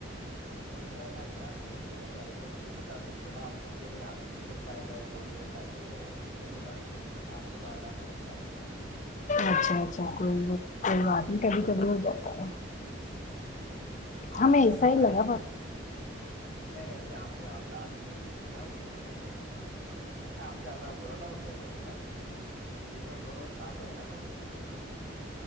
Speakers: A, on the right; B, on the left.
A: اوک ہمارے پاس ب جی کر اسے خود آپس بولا آپ سمھو ب آپ سے کم بھائی بائی بول رہے ایسا نہیں ان سے بولتا آپ سے تو آداب بولتا
B: اچھا اچھا کوئی کوئی بات نہیں کہی کب ہو جاتا ہے
A: آپ
B: ہمیں
A: ا
B: ایسا
A: بتائیے
B: ہی لگا ب
A: نہیں نہیں ہمیں آپ سے آپ دا آپ نہیں بولا تھا دون سے بولا تھا آپ سے آداب بولا تھا ان سے میں خود واپس بول رہ تھا تھا لیکن وہ دونوں ساتھ ہوئے نا تو مکس ہو گئے تھ